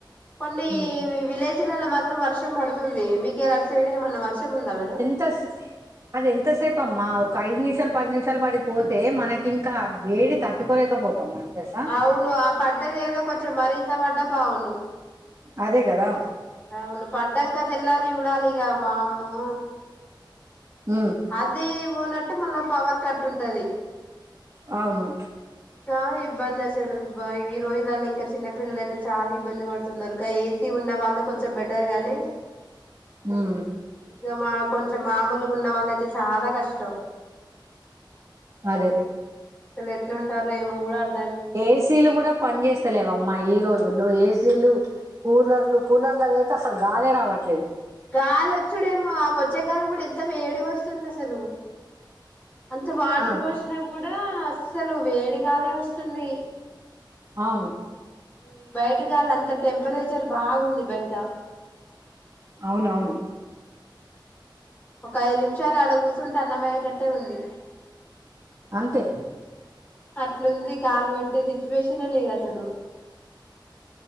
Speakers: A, on the left (about 20°); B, on the right (about 40°).
A: కొన్ని
B: ఉమ్
A: వి విలే జులల్లో మాత్రం వర్షం పడుతుంది మీకియేలా అటు సైడు ఏమన్నా వర్షం ఉందా మేడం
B: తస్ అది ఎంతసేపు అమ్మా ఒక ఐదు నిమిషాలు పది నిమిషాలు పడి పోతే మనకి ఇంకా వేడి త ట్టుకోలేకపోతాం మనం తెలుసా
A: అవును ఆ పడ్డది ఏదో కొంచెం మరింత పడ్డా బావుండు
B: అదే గదా
A: అవును పడ్డంక తెల్లారి చూడాలి ఇగ వామ్మో
B: ఊ
A: అది పోనట్టు మళ్ళా పవర్ కట్ ఉంటుది
B: అవును
A: ఇంకా ఇబ్బంది అసలు బ్బా ఈ రోజులల్లో ఇంకా చిన్నపిల్లలైతే చాలా ఇబ్బంది పడుతున్నారు కా ఏ తి ఉన్న వాళ్ళు కొంచెం బెటర్ గానీ
B: ఉమ్
A: ఇంక మా కొంచెం మామూలుగా ఉన్న వాళ్ళు అయితే చాలా కష్టం
B: అదే
A: సలు ఎట్లుంటారు ఏమో గూడా అర్
B: ఏ సీ లు కూడా పని చేస్తలేవమ్మా ఈ రోజుల్లో ఏ సీ లు కూలర్లు కూలర్ లో గైతే అస్సలు గాలే రావట్లేదు
A: గాలొచ్చుడేమో అ వచ్చేగాలి కూడా ఎంత వేడిగొస్తుంది అసలు అంత వాటరు
B: ఆ
A: పోషినా కూడా అస్సలు వేడిగాలే వస్తుంది
B: అవును
A: ఈ బయట గాలి అంత టెంపరేచర్ బాగుంది బయట
B: అవునవును
A: ఒక ఐదు నిమిషాలు ఆడ కూసుంటే అన్నం అయ్యేటట్టే ఉంది
B: అంతే
A: అట్లుంది కాలు పెట్టే సిచ్యువేషనే లేదు అసలు